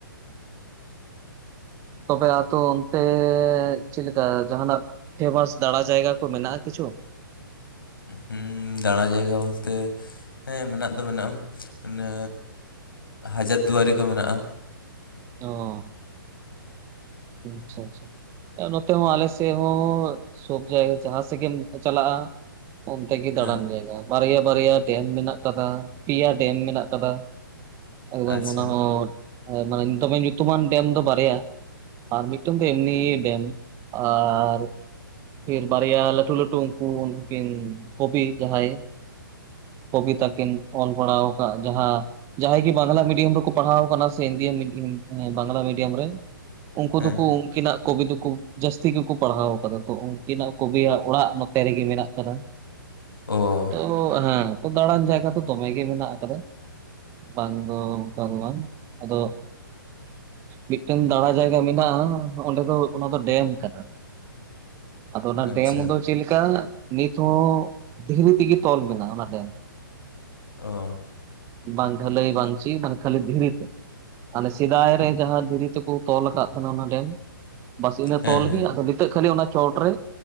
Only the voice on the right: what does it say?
ᱛᱚᱵᱮ ᱟᱛᱳ ᱚᱱᱛᱮ ᱪᱮᱫᱞᱮᱠᱟ ᱡᱟᱦᱟᱸᱱᱟᱜ ᱯᱷᱮᱢᱟᱥ ᱫᱟᱬᱟ ᱡᱟᱭᱜᱟ ᱠᱚ ᱢᱮᱱᱟᱜᱼᱟ ᱠᱤᱪᱷᱩ ᱾
ᱚᱸᱻ᱾ ᱟᱪᱷᱟ ᱟᱪᱷᱟ ᱱᱚᱛᱮ ᱦᱚᱸ ᱟᱞᱮ ᱥᱮᱫ ᱦᱚᱸ ᱥᱚᱵ ᱡᱟᱭᱜᱟ ᱡᱟᱦᱟᱸ ᱥᱮᱫ ᱜᱮᱢ ᱪᱟᱞᱟᱜᱼᱟ ᱚᱱᱛᱮ ᱜᱮ
ᱫᱟᱲᱟᱱ ᱡᱟᱭᱜᱟ, ᱵᱟᱨᱭᱟ ᱵᱟᱨᱭᱟ ᱰᱮᱢ ᱢᱮᱱᱟᱜ ᱟᱠᱟᱫᱟ ᱯᱮᱭᱟ ᱰᱮᱢ ᱢᱮᱱᱟᱜ ᱟᱠᱟᱫᱟ ᱾ ᱮᱠᱫᱚᱢ
ᱚᱱᱟ ᱦᱚᱸ ᱮ ᱢᱟᱱᱮ ᱫᱚᱢᱮ ᱧᱩᱛᱩᱢᱟᱱ ᱰᱮᱢ ᱫᱚ ᱵᱟᱨᱭᱟ᱾ ᱟᱨ ᱢᱤᱫᱴᱮᱱ ᱫᱚ ᱮᱢᱱᱤ ᱰᱮᱢ, ᱟᱨ ᱯᱷᱤᱨ ᱵᱟᱨᱭᱟ ᱞᱟᱹᱴᱩ ᱞᱟᱹᱴᱩ ᱩᱱᱠᱩ ᱩᱱᱠᱤᱱ ᱠᱚᱵᱤ ᱡᱟᱦᱟᱸᱭ ᱠᱚᱵᱤᱛᱟ ᱠᱤᱱ ᱚᱞ ᱵᱟᱲᱟᱣ ᱠᱟᱜ ᱡᱟᱦᱟᱸ᱾ ᱡᱟᱦᱟᱸᱭ ᱜᱤ ᱵᱟᱝᱞᱟ ᱢᱤᱰᱤᱭᱟᱢ ᱨᱮᱠᱚ ᱯᱟᱲᱦᱟᱣ ᱟᱠᱟᱱᱟ ᱥᱮ ᱦᱤᱱᱫᱤ ᱢᱤ-ᱦᱤ ᱮᱸ ᱵᱟᱝᱞᱟ ᱢᱤᱰᱤᱭᱟᱢ ᱨᱮ᱾ ᱩᱱᱠᱩ
ᱫᱩᱠᱩ ᱩᱱᱠᱤ ᱱᱟᱜ ᱠᱚᱵᱤ ᱫᱩᱠᱩ ᱡᱟᱹᱥᱛᱤ ᱜᱤᱠᱩ ᱯᱟᱲᱦᱟᱣ ᱟᱠᱟᱫᱟ᱾ ᱛᱚ ᱩᱱᱠᱤᱱᱟᱜ ᱠᱚᱵᱤᱭᱟᱜ ᱚᱲᱟᱜ ᱱᱚᱛᱮ ᱨᱮᱜᱮ ᱢᱮᱱᱟᱜ ᱠᱟᱫᱟ᱾
ᱚ ᱦᱮᱸ ᱛᱚᱵᱮ ᱫᱟᱬᱟᱱ ᱡᱟᱭᱜᱟ ᱛᱚ ᱫᱚᱢᱮ ᱜᱮ ᱢᱮᱱᱟᱜ ᱟᱠᱟᱫᱟ᱾ ᱵᱟᱝ ᱫᱚ ᱚᱱᱠᱟ ᱫᱚ ᱵᱟᱝ, ᱟᱫᱚ ᱢᱤᱜᱴᱮᱱ ᱫᱟᱬᱟ ᱡᱟᱭᱜᱟ ᱢᱮᱱᱟᱜᱼᱟ ᱦᱟᱸ ᱚᱸᱰᱮ ᱫᱚ ᱚᱱᱟ ᱫᱚ ᱰᱮᱢ ᱠᱟᱱᱟ᱾ ᱟᱫᱚ ᱚᱱᱟ
ᱰᱮᱢ ᱫᱚ ᱪᱮᱞᱠᱟ ᱱᱤᱛᱦᱚᱸ ᱫᱷᱤᱨᱤ ᱛᱮᱜᱮ ᱛᱚᱞ ᱢᱮᱱᱟᱜᱼᱟ ᱚᱱᱟ ᱰᱮᱢ᱾
ᱵᱟᱝ ᱰᱷᱟᱹᱞᱟᱹᱭ ᱵᱟᱝ ᱪᱤ ᱵᱟᱝᱫᱚ ᱠᱷᱟᱹᱞᱤ ᱫᱷᱤᱨᱤ ᱛᱮ᱾ ᱦᱟᱱᱮ ᱥᱮᱫᱟᱭ ᱨᱮ ᱡᱟᱦᱟᱸ ᱫᱷᱤᱨᱤ ᱛᱮᱠᱚ ᱛᱚᱞ ᱟᱠᱟᱜ ᱛᱟᱦᱮᱱᱟ ᱚᱱᱟ ᱰᱮᱢ᱾ ᱵᱟᱥ ᱤᱱᱟᱹ
ᱛᱚᱞ
ᱜᱮ ᱟᱫᱚ ᱱᱤᱛᱚᱜ ᱠᱷᱟᱹᱞᱤ ᱚᱱᱟ ᱪᱚᱴᱨᱮ